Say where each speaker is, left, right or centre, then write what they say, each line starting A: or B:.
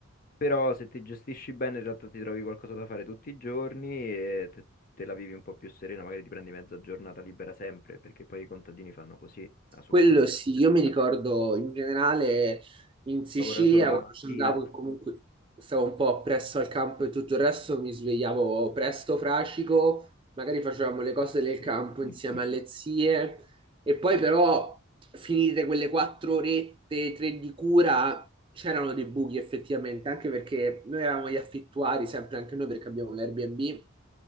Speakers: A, on the left; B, on the right.
A: Però se ti gestisci bene in realtà ti trovi qualcosa da fare tutti i giorni e te, te la vivi un po' più serena, magari ti prendi mezza giornata libera sempre, perché poi i contadini fanno così, ah, soprattutto
B: Quello
A: durante
B: sì, io
A: l'estate.
B: mi ricordo in generale in Sicilia
A: Lavora solo la
B: quando
A: mattina.
B: ci andavo, che comunque stavo un po' presso al campo e tutto il resto, mi svegliavo presto, fracico, magari facevamo le cose
A: <laughs>
B: del campo insieme alle zie e poi però finite quelle quattro orette, tre di cura, c'erano dei buchi effettivamente, anche perché noi eravamo gli affittuari, sempre anche noi perché abbiamo l'Airbnb